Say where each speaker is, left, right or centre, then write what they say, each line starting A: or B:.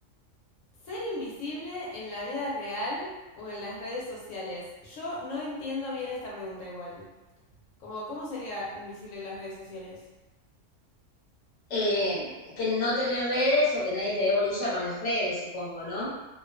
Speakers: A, on the left; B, on the left.
A: ¿Ser invisible en la vida real o en las redes sociales? Yo no entiendo bien esta pregunta igual. Como, ¿cómo sería invisible en las redes sociales?
B: Eh, que no tener redes o que nadie te dé bolilla con las redes, supongo, ¿no?